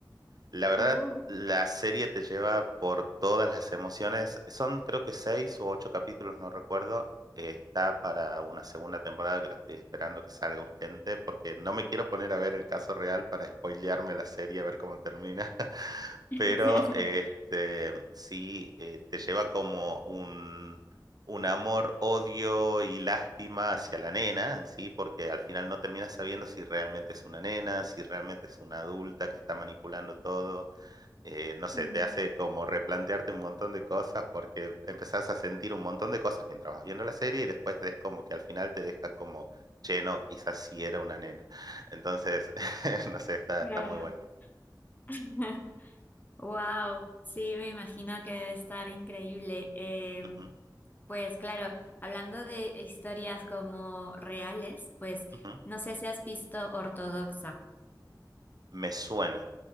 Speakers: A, on the right; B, on the left.
A: La verdad,
B: Oh.
A: la serie te lleva por todas las emociones. Son creo que seis o ocho capítulos, no recuerdo. Eh, está para una segunda temporada que la estoy esperando que salga urgente porque no me quiero poner a ver el caso real para spoilearme la serie, a ver cómo termina. <laughs>
B: <laughs>
A: Pero este, sí, eh, te lleva como un, un amor, odio y lástima hacia la nena en sí, porque al final no terminas sabiendo si realmente es una nena, si realmente es una adulta que está manipulando todo eh, no sé,
B: Mm,
A: te hace como replantearte un montón de cosas porque empezás a sentir un montón de cosas mientras vas viendo la serie y después es como que al final te deja como, che, no, quizás sí era una nena. Entonces, <laughs> no sé, está,
B: Claro.
A: está muy buena.
B: <laughs> Wow, sí, me imagino que debe estar increíble. Eh,
A: Ujú,
B: pues claro, hablando de historias como reales, pues
A: ujú.
B: no sé si has visto Ortodoxa.
A: Me suena.